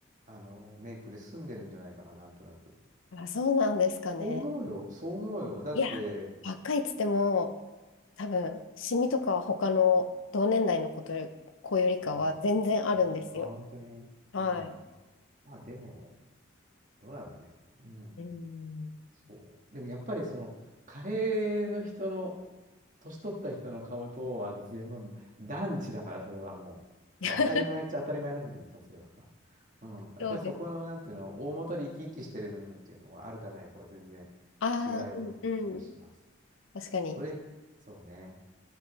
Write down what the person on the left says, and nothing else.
あ、そうなんですかね。
いや、若いっつっても、多分、シミとかは他の同年代の子とよ、子よりかは全然あるんですよ。
はい。
うん。
<laughs>
そうです。
ああ、
うん、うん。確かに。